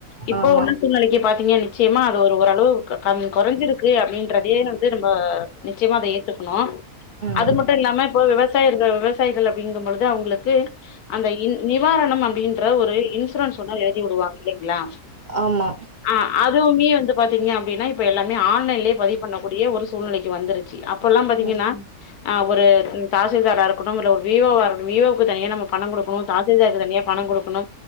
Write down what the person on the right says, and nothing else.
ஆமா
ம்
ஆமா
ம்